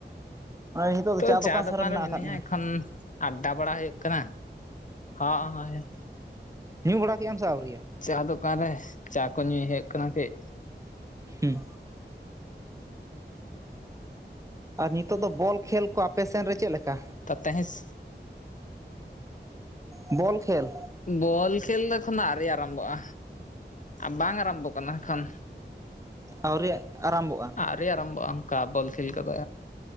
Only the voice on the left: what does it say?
ᱛᱚ ᱪᱟ ᱫᱚᱠᱟᱱ
ᱨᱮ ᱢᱤᱱᱟᱹᱧᱟ
ᱮᱠᱷᱚᱱ ᱟᱰᱰᱟ ᱵᱟᱲᱟ ᱦᱳᱭᱳᱜ ᱠᱟᱱᱟ ᱦᱚᱸᱜ ᱚ ᱦᱚᱭ ᱾
ᱪᱟ ᱫᱚᱠᱟᱱ ᱨᱮ ᱪᱟ ᱠᱚ ᱧᱩᱭ ᱦᱳᱭᱳᱜ ᱠᱟᱱᱟ ᱠᱟᱹᱡ᱾
ᱛ ᱛᱮᱦᱮᱸᱥ
ᱵᱚᱞ ᱠᱷᱮᱞ ᱫᱚ ᱮᱠᱷᱚᱱ ᱫᱚ ᱟᱣᱨᱤ ᱟᱨᱟᱢᱵᱚᱜᱼᱟ᱾ ᱟ ᱵᱟᱝ ᱟᱨᱟᱢᱵᱚᱜ ᱠᱟᱱᱟ ᱮᱠᱷᱚᱱ᱾
ᱟᱣᱨᱤ ᱟᱨᱟᱢᱵᱷᱚᱜᱼᱟ ᱚᱱᱠᱟ ᱵᱚᱞ ᱠᱷᱮᱞ ᱠᱚᱫᱚ